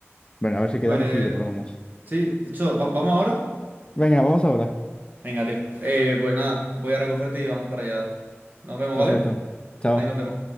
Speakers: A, on the left; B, on the right.
A: Venga, a ver si quedamos
B: Pues,
A: y lo probamos.
B: sí. De hecho, ¿va- ¿vamos ahora?
A: Venga, vamos ahora.
B: Venga, tío. Eh, pues nada, voy a recogerte y vamos para allá. Nos vemos,
A: Perfecto.
B: ¿vale?
A: Chao.
B: Ahí nos vemos.